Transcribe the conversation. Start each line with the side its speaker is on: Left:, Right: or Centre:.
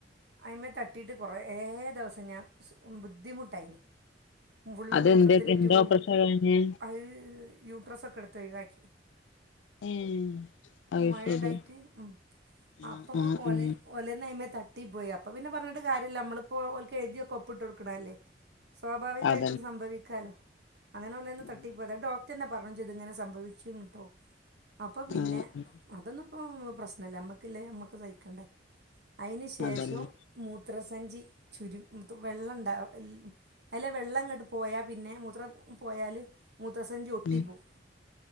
Right: അയിമ്മേ തട്ടി യിട്ട് കൊറേ ദിവസം ഞാൻ ബുദ്ധിമുട്ടായിന് ഫുള്ള്
Left: അതെന്ത്
Right: മൂത്രത്തില്
Left: എന്ത്
Right: ട്യൂബ്
Left: ഓപ്പറേഷനാ കഴിഞ്ഞേ
Right: അഹ് യൂട്രസ് ഒക്കെ എടുത്ത് ഒഴിവാക്കി
Left: ഏഹ് അത്
Right: മൊഴ
Left: ശരി
Right: ഇണ്ടായിട്ട് ഉം
Left: ആഹ്
Right: അപ്പൊ
Left: ആഹ്
Right: ഓലെ
Left: ഉം
Right: ഓലെന്ന് അയിമേ തട്ടി പോയി. അപ്പൊ പിന്നെ പറഞ്ഞിട്ട് കാര്യല്ല നമ്മള് പ്പോ ഓൽക്ക് എഴുതിയക്കെ ഒപ്പിട്ട് കൊടുക്കണെ അല്ലേ. സ്വാഭാവികായിട്ടും
Left: അതന്നെ
Right: സംഭവിക്കാലോ, അങ്ങനെ ഓലേന്ന് തട്ടിപ്പോയതാ
Left: അതെ
Right: ഡോ റ്റന്നെ പറഞ്ഞും ചെയ്ത് ഇങ്ങനെ സംഭവിച്ചട്ടോ, അപ്പോ പിന്നെ
Left: ആഹ് ആഹ്
Right: അതൊന്നും ഒന്നും പ്രശ്നല്ല അമ്മക്ക് ല്ലേ അമ്മക്ക് സഹിക്കണ്ടേ അതിന് ശേഷം,
Left: അതന്നെ
Right: മൂത്രസഞ്ചി ചുരു വെള്ളം ഉണ്ടാവൽ അയിലെ വെള്ളം ങ്ങട്ട് പോയാ പിന്നെ മുത്രം പോയാല് മൂത്രസഞ്ചി ഒട്ടിപ്പോവും
Left: ഉം